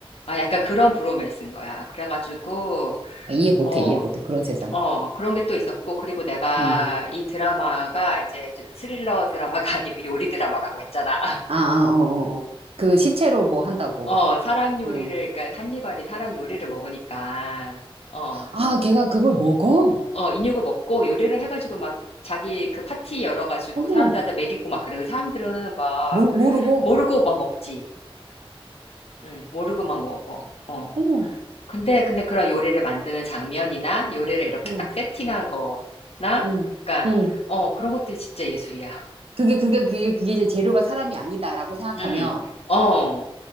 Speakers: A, on the left; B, on the right.
A: 아, 약간 그런 브로맨스인 거야. 그래가지고
B: 이해 못해,
A: 어,
B: 이해 못해. 그런 세상.
A: 어, 그런 게 또 있었고 그리고 내가
B: 응.
A: 이 드라마가 이제 스릴러 드라마가 <laughs> 아니고 요리 드라마라고 했잖아.
B: 아, 아, 어, 어, 어. 그 시체로 뭐 한다고.
A: 어, 사람 요리를,
B: 응.
A: 그러니까 한니발이 사람 요리를 먹으니까, 어,
B: 아, 걔가 그걸 먹어?
A: 어, 인육을 먹고 요리를 해가지고 막 자기 그 파티 열어가지고
B: 어머,
A: 사람들한테 먹이고 막 그래. 그 사람들은 막
B: 모, 모르고.
A: 모르고 막 먹지. 응, 모르고 막 먹어. 어.
B: 어머,
A: 근데, 근데 그런 요리를 만드는 장면이나 요리를 이렇게
B: 응,
A: 딱 세팅한 거나,
B: 응,
A: 그러니까,
B: 응.
A: 어, 그런 것들이 진짜 예술이야.
B: 그게, 그게, 그게, 그게 이제 재료가 사람이 아니다라고 생각하면,
A: 응, 어.